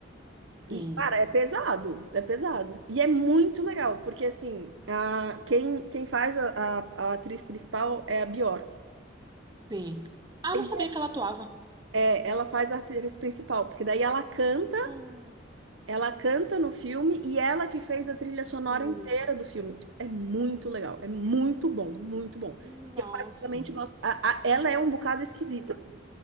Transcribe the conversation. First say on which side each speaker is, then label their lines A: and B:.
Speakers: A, on the right (about 75°); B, on the right (about 20°).
A: E,
B: Sim,
A: cara, é pesado, é pesado. E é muito legal, porque assim, a, quem, quem faz a, a, a atriz principal é a Bjork.
B: sim. Ah,
A: E,
B: eu não sabia que ela atuava.
A: É, ela faz a atriz principal, porque daí ela canta,
B: Hum,
A: ela canta no filme e ela que fez a trilha sonora
B: hum,
A: inteira do filme. Tipo, é muito legal, é muito bom, muito bom.
B: nossa.
A: E eu particularmente gosto. a- a- ela é um bocado esquisita,